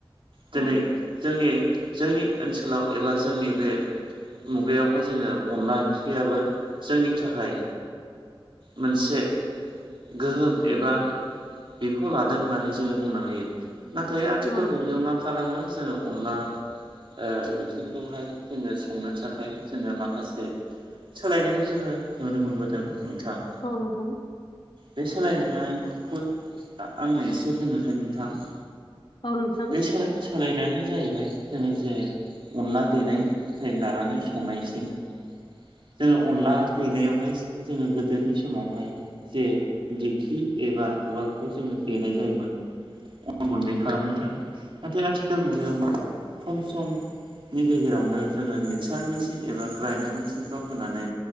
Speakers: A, on the right (about 65°); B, on the left (about 60°).
A: दिनै
B: औ नोंथां औ नोंथां
A: जोंनि जोंनि ओनसोलाव एबा जोंनि बे मुगायावहाय जोङो अनला ओंख्रियाबो जोंनि थाखाय मोनसे गोहोम एबा बिफाव लादों होननानै जोङो बुंनो हायो नाथाय आथिखाल
B: औ नोंथां औ नोंथां
A: मुगायाव मा खालामो जोङो अनला ओ ओंख्रिखौहाय जोङो संनो थाखाय जोङो माखासे सोलायनायखौ जोङो नुनो मोनबोदों नोंथां।
B: औ नोंथां
A: बे सोलायनायखौ आं एसे बुंनोखै नोंथां।
B: औ नोंथां औ नोंथां औ नोंथां
A: बे सोलाय सोलायनायानो जाहैबाय जोङो जे अनला देनायनिफ्राय लानानै संनायसिम जोङो अनला देनायावहाय जोङो गोदोनि समावहाय जे दिंखि एबा उवालखौ जोङो देनाय जायोमोन। अन गुन्दै खालामनो थाखाय नाथाय आथिखाल मुगायाव मा खम सम नि गेजेरावनो जोङो मिक्सार मेचिन एबा ग्राइडार मेचिनफ्राव होनानै